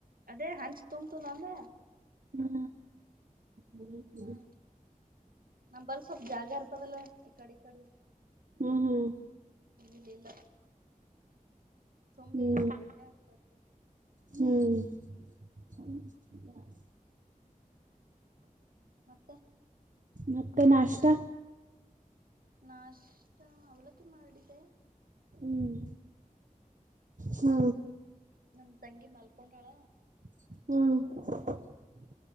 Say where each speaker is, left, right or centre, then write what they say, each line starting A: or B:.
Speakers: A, on the right; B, on the right.
A: ಅದೇ ಹಂಚ್ ತುಂಬ್ತದನಂದ
B: ಹಾ ಹ್ಮ್
A: ಹ ನಂಬಲ್ಲಿ ಸ್ವಪ್ ಜಾಗ ಇರ್ಬೇಕ್ಲಾ. ತಡಿ ತಡಿ.
B: ಹ್ಮ್
A: ಇಲ್ಲ ಇಲ್ಲ ತುಂಬಿ
B: ಹ್ಮ್
A: ತುಳಕ್ಯಾಡ್ತೈತಿ.
B: ಹ್ಮ್ <inaudible>
A: ಮತ್ತೆ
B: ಮತ್ತೆ ನಾಷ್ಟಾ.
A: ನಾಷ್ಟ ಅವಲಕ್ಕಿ ಮಾಡಿದೆೆ.
B: ಹ್ಮ್ ಹಾ
A: ನಮ್ಮ ತಂಗಿ ಮಲ್ಕೊಂಡಾಳ.
B: ಹ್ಮ